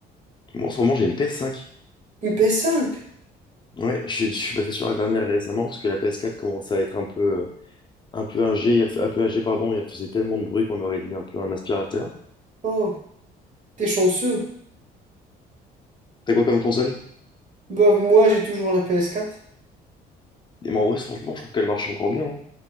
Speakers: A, on the left (about 25°); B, on the right (about 45°).
A: Moi, en ce moment, j'ai une PS5.
B: Une PS5?
A: Ouais, je, je suis passé sur la dernière récemment parce que la PS4 commençait à être un peu, euh, un peu âgée, et elle, f- un peu âgée, pardon, et elle faisait tellement de bruit qu'on aurait dit un peu un aspirateur.
B: Oh, t'es chanceux.
A: T'as quoi comme console?
B: Bah, moi, j'ai toujours la PS4.
A: Et mais en vrai, franchement, je trouve qu'elle marche encore bien. hein.